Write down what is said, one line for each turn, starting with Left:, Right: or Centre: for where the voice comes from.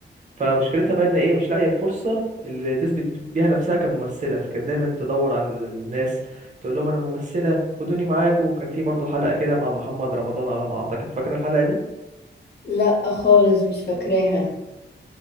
Right: فمشكلتها بقى ان ايه مش لاقيه الفرصه اللي تثبت بيها نفسها كممثله فكانت دايما تدور على ال- الناس تقول لهم انا ممثله خدوني معاكم وكان في برضو حلقه كده مع محمد رمضان على ما اعتقد فاكره الحلقه دي
Left: لا خالص مش فاكراها